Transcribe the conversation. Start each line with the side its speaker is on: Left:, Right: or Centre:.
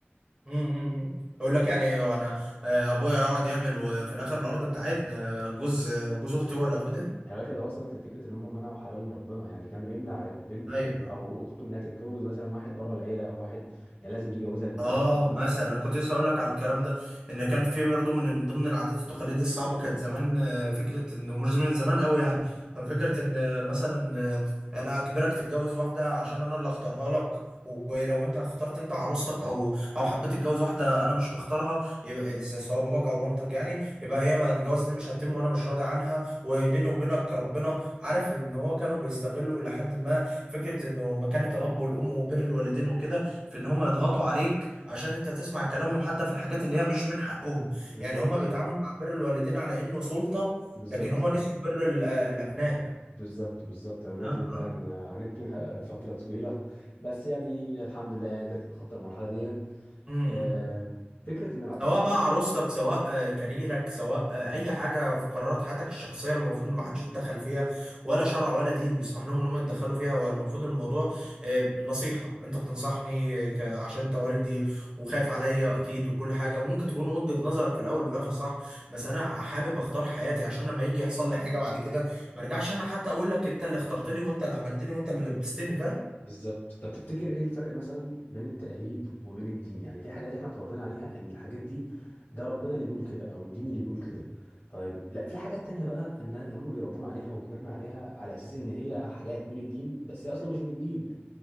Right: امم اقول لك يعني وانا آه، ابويا يقعد يعمل وفي الاخر الارض بتاعتنا جوز جوز اختي هو اللي ياخدها
Left: يا باشا ده وصلت لفكره ان هم منعوا حلال ربنا يعني كان بيمنع بنته
Right: ايوه
Left: او اخته انها تتجوز مثلا واحد بره العيله او واحد يعني لازم يجوزها لابن
Right: اه
Left: عمه ولابن
Right: مثلا
Left: خالته
Right: انا كنت لسه اقول لك على الكلام ده ان كان في برضه من ضمن العادات والتقاليد الصعبه كانت زمان آه، فكره انه مش من زمان قوي يعني كان فكره ان آه، مثلا آه، انا اجبرك تتجوز واحده عشان انا اللي اختارها لك ولو انت اخترت انت عروستك او او حبيت تتجوز واحده انا مش مختارها يبقى س- سواء باباك او مامتك يعني يبقى هي ما الجواز دي مش هتتم وانا مش راضي عنها وبيني وبينك ربنا عارف ان هو كانوا بيستغلوا لحد ما فكره انه مكانه الاب والام وبر الوالدين وكده في ان هم يضغطوا عليك عشان انت تسمع كلامهم حتى في الحاجات اللي هي مش من حقهم
Left: بالظبط
Right: يعني هما بيتعاملوا مع بر الوالدين على انه سلطة
Left: بالظبط
Right: لكن هما نسيوا بر ال- آه، الابناء
Left: بالظبط بالظبط انا النقطه
Right: اه
Left: دي فعلا
Right: اه
Left: آه، عانيت منها <laughs> فتره طويله بس يعني الحمد لله يعني قدرت اتخطى المرحله دي
Right: أمم.
Left: آه، فكره ان العادات
Right: سواء بقى عروستك سواء آه، كاريرك سواء آه، اي حاجه في قرارات حياتك الشخصيه اللي المفروض ما حدش يتدخل فيها ولا شرع ولا دين بيسمح لهم ان هم يتدخلوا فيها هو المفروض الموضوع آه، نصيحه انت بتنصحني آه، ك- عشان انت والدي وخايف عليا اكيد وكل حاجه وممكن تكون وجهه نظرك في الاول وفي الاخر صح بس انا حابب اختار حياتي عشان لما يجي يحصل لي حاجه بعد كده ما ارجعش انا حتى اقول لك انت اللي اخترت لي وانت اللي عملتني وانت اللي لبستني فاهم
Left: بالظبط طب تفتكر ايه الفرق مثلا بين التقاليد وبين الدين يعني في حاجات احنا اتربينا عليها ان الحاجات دي ده ربنا اللي بيقول كده او الدين اللي بيقول كده طيب لا في حاجات تانية بقى ان هم بيربونا عليها وكبرنا عليها على اساس ان هي حاجات من الدين بس هي اصلا مش من الدين